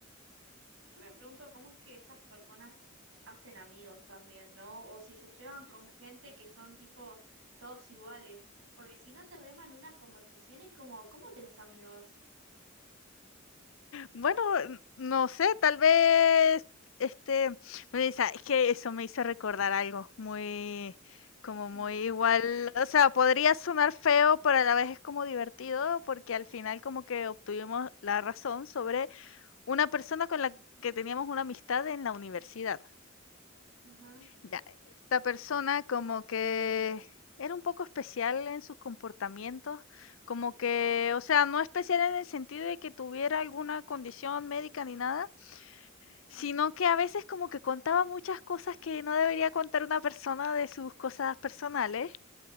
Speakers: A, on the right (about 65°); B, on the left (about 70°).
A: Yo me pregunto cómo es que esas personas hacen amigos también, ¿no? O si se llevan con gente que son tipo todos iguales, porque si no te reman una conversación es como, ¿cómo tenés amigos?
B: Bueno, n no sé, tal vez, este, me dice, es que eso me hizo recordar algo muy, como
A: Uy,
B: muy igual, o sea, podría sonar feo, pero a la vez es como divertido, porque al final como que obtuvimos la razón sobre una persona con la que teníamos una amistad en la universidad.
A: Ajá.
B: Ya, esta persona como que era un poco especial en sus comportamientos, como que, o sea, no especial en el sentido de que tuviera alguna condición médica ni nada,
A: mm,
B: Sino que a veces como que contaba muchas cosas que no debería contar una persona de sus cosas personales.